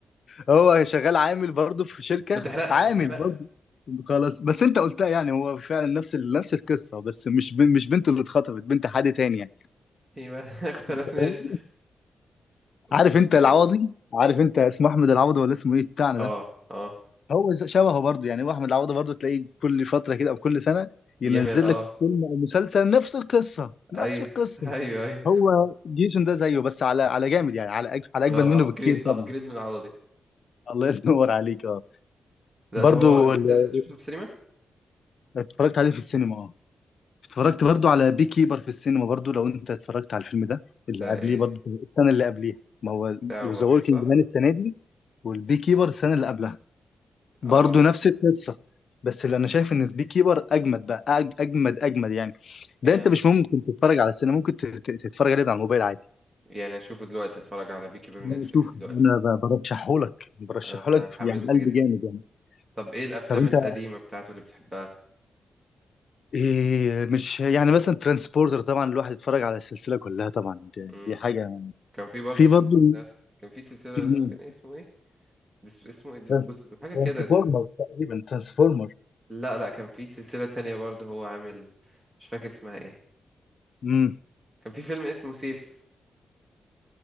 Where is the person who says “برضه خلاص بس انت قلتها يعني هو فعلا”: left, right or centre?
Left